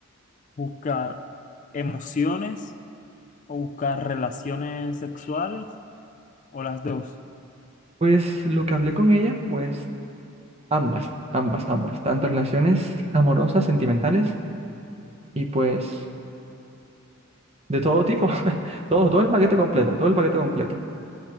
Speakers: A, on the left (about 35°); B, on the right (about 30°).
A: buscar emociones o buscar relaciones sexuales o las dos?
B: pues lo que hablé con ella, pues Ambas, ambas, ambas. Tanto relaciones amorosas, sentimentales y pues de todo tipo. <laughs> Todo, todo el paquete completo, todo el paquete completo.